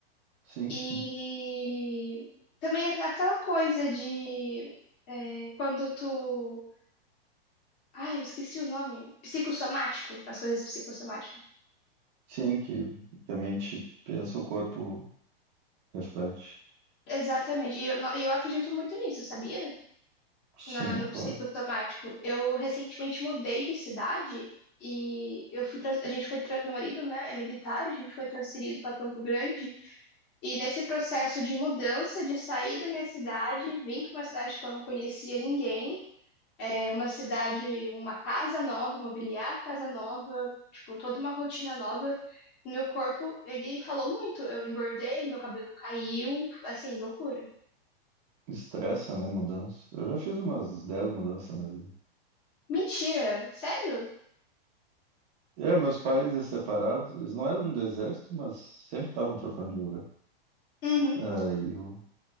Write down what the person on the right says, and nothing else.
Sim,
sim.
Sim, que, que a mente pensa, o corpo reflete.
Sim,
claro.
Estressa, né? Mudança. Eu já fiz umas 10 mudanças na vida.
Eu, meus pais, eles separados, eles não eram do exército, mas sempre estavam trocando de lugar.
Aí eu,